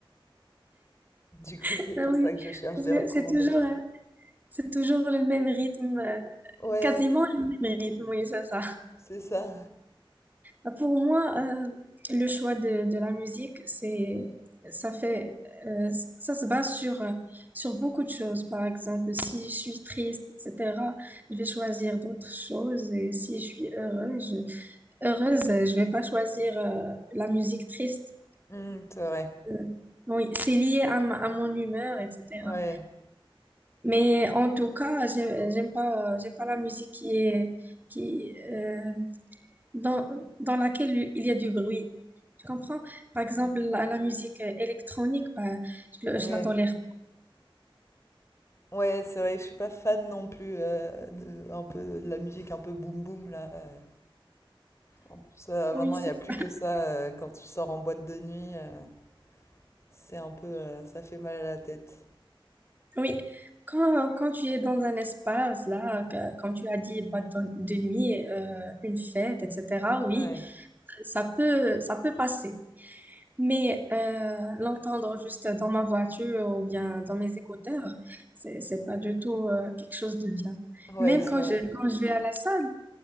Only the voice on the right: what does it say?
<laughs>
ah
oui,
parce
que
c'est toujours, euh, c'est toujours le même rythme, euh,
quasiment le même rythme, oui, c'est ça.
Bah, Pour moi, euh, le choix de, de la musique, c'est, ça fait, euh, ça se base sur, euh, sur beaucoup de choses. Par exemple, si je suis triste, etc., je vais choisir d'autres choses. Et si je suis heureuse, je, heureuse, euh, je vais pas choisir, euh, la musique triste.
Euh, oui, c'est lié à, ma- à mon humeur, etc.
Mais en tout cas, j'aime, j'aime pas, j'aime pas la musique qui est, qui, euh, dans, dans laquelle il y a du bruit. Tu comprends? Par exemple,
la, la musique euh, électronique, bah, je, le-
je la tolère.
Oui,
c'est-
oui. Quand, quand tu es dans un espace, là, que- comme tu as dit, boîte de de nuit, euh, une fête, etc., oui,
ça peut, ça peut passer. Mais euh, l'entendre juste dans ma voiture ou bien dans mes écouteurs, c'est, c'est pas du tout euh, quelque chose de bien.
Même
quand
je, quand je vais à la salle,